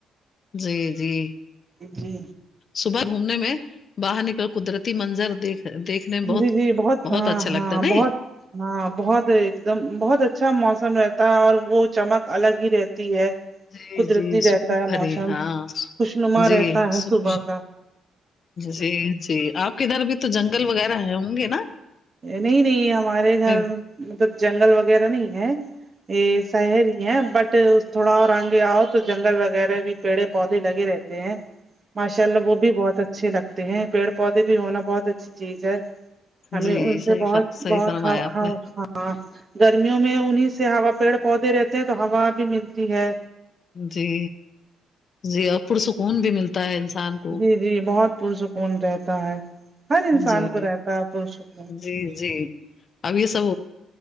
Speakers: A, on the left; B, on the right.
A: جی جی
B: جی
A: صبح گھومنے میں باہر نکل قدرتی منظر دیکھ دیکھنے میں بہت
B: جی جی
A: بہت
B: ہاں
A: اچھا لگتا
B: ہاں
A: ہے نئی
B: بہت ہاں بہت ایک دم بہت اچھا موسم رہتا ہے اور وہ چمک الگ ہی رہتی ہے
A: جی
B: قدرتی
A: جی سکون
B: رہتا ہے
A: بھری
B: موسم
A: ہاں
B: خوشنما
A: جی
B: رہتا ہے
A: سکون
B: صبح کا
A: جی جی آپ کے ادھر بھی تو جنگل وغیرہ ہے ہوں گے نا
B: نہیں نہیں ہمارے گھر
A: نہیں،
B: مطلب جنگل وغیرہ نہیں ہے یہ شہر ہی ہے بٹ تھوڑا اور آگے آؤ تو جنگل وغیرہ بھی پیڑے پودے لگے رہتے ہیں ماشاء اللہ وہ بھی بہت اچھا اچھے لگتے ہیں پیڑ پودے بھی ہونا بہت اچھی چیز ہے ہمیں
A: جی
B: ان سے
A: صحیح
B: بہت
A: فر صحیح
B: بہت
A: فرمایا
B: ہؤؤ
A: آپ
B: ہاں
A: نے
B: گرمیوں میں انہی سے ہا پیڑ پودے رہتے ہیں تو ہوا بھی ملتی ہے
A: جی جی اور پرسکون بھی ملتا ہے انسان کو
B: جی جی بہت پرسکون رہتا ہے ہر انسان
A: جی
B: کو رہتا ہے پرسکون
A: جی جی اب یہ سب